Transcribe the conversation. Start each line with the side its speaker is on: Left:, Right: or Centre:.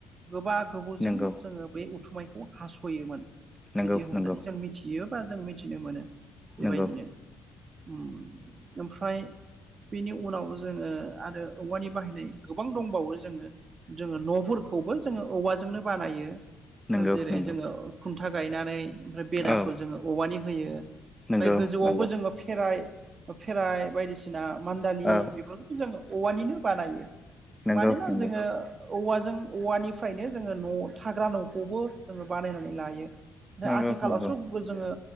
Right: गोबा गोबौजों
Centre: नंगौ
Right: जोङो बे उथु मायखौ हास'योमोन
Centre: नंगौ
Right: बिदि होननानै
Centre: नंगौ
Right: जों मिथियो बा जों मिथिनो मोनो। बेबायदिनो
Centre: नंगौ
Right: ओम ओमफ्राय बेनि उनाव जोङो आरो औवानि बाहायनाय गोबां दंबावो जोङो जोङो न'फोरखौबो जोङो औवाजोंनो बानायो।
Centre: नंगौ
Right: जेरै
Centre: नंगौ
Right: जोङो खुन्था गायनानै ओमफ्राय बेराखौ
Centre: औ
Right: जोङो औवानि होयो ओमफ्राय
Centre: नंगौ
Right: गोजौआवबो
Centre: नंगौ
Right: जोङो फेराइ फेराइ बायदिसिना मान्दालि
Centre: औ
Right: बेफोरखौबो जों औवानिनो बानायो।
Centre: नोंगौ
Right: मानोना जोङो औवाजों औवानिफ्रायनो जोङो न' थाग्रा न'खौबो जोङो बानायनानै लायो।
Centre: नंगौ
Right: आथिखालावसो
Centre: नंगौ
Right: जोङो